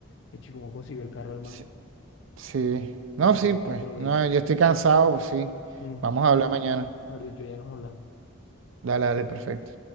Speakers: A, on the left; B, on the right.
A: Echi, ¿cómo consiguió el carro el man?
B: Sí, sí. no,
A: Pero me
B: sí,
A: cuentas
B: pues,
A: otro
B: no,
A: día.
B: yo estoy cansado, pues sí.
A: Ujú.
B: Vamos a hablar
A: Bueno,
B: mañana.
A: mejor dicho, ya nos hablamos.
B: Dale, dale, perfecto.